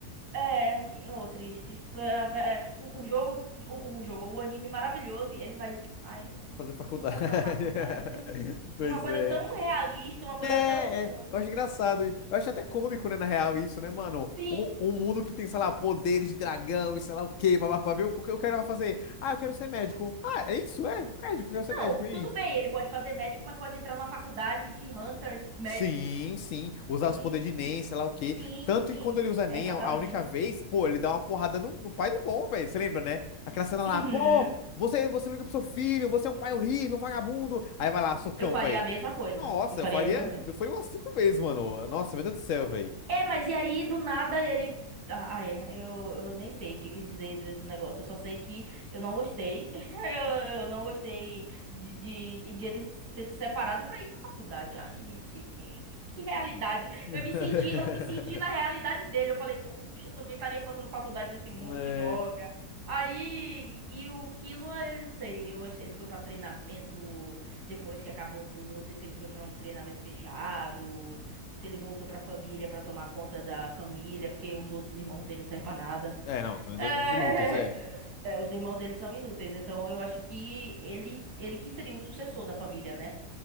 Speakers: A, on the right; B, on the left.
A: é, e, ô, triste. Foi a ve- é, O, o jogo, o, o jogo, o anime maravilhoso, e ele vai, ai,
B: Fazer faculdade.
A: vou fazer uma faculdade.
B: <laughs> Pois
A: É Uma coisa
B: é.
A: tão realista, uma coisa
B: É,
A: tão...
B: é, eu acho engraçado. e Eu acho até cômico, né, na real, isso, né, mano?
A: Sim,
B: Um, um mundo que tem, sei lá, poderes de dragão e sei lá o quê, papapá, viu? O que o cara vai fazer? Ah, eu quero ser médico. Ah, é isso? É, médico, eu quero ser
A: não,
B: médico.
A: tudo
B: E aí?
A: bem, ele pode fazer médico, mas pode entrar numa faculdade de hunters médicos.
B: Sim, sim. Usar
A: Hum.
B: os poderes de Nen, sei lá o quê.
A: Sim,
B: Tanto que quando ele usa Nen
A: exatamente.
B: a, a única vez, pô, ele dá uma porrada no, no pai do Gon, velho. Você lembra, né? Aquela cena lá,
A: Uhum.
B: pô, você, você não liga pro seu filho, você é um pai horrível, um vagabundo. Aí vai lá, socão,
A: Eu faria
B: velho.
A: a mesma coisa.
B: Nossa,
A: Eu faria
B: eu faria,
A: a mesma.
B: eu faria umas cinco vezes, mano. Nossa, meu Deus do céu, velho.
A: É, mas e aí, do nada, ele. Ah, ah, é. Eu, eu nem sei o que, que dizer desse negócio. Eu só sei que eu não gostei. <laughs> Eu, eu não gostei de, de, de ele ter se separado pra ir pra faculdade. Ai, gente, que, que, que realidade.
B: <laughs>
A: Eu me senti, eu me senti na realidade dele. Eu falei, poxa, eu também estaria fazendo faculdade nesse mundo,
B: É,
A: que droga. Aí, e, e o Kilo, ele não sei. Eu achei que ele foi pra treinamento depois que acabou tudo. Não sei se ele foi pra um treinamento fechado. Se ele voltou pra família pra tomar conta da família, porque os outros irmãos dele não servem pra nada.
B: é, não, também
A: É,
B: dois- uns inúteis, é.
A: <laughs> é, os irmãos dele são inúteis, então eu acho que ele, ele que seria o sucessor da família, né?